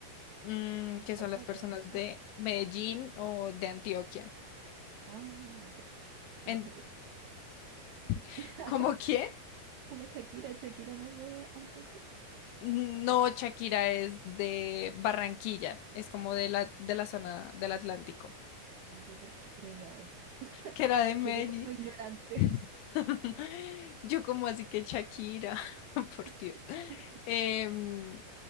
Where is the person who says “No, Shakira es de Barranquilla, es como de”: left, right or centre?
Left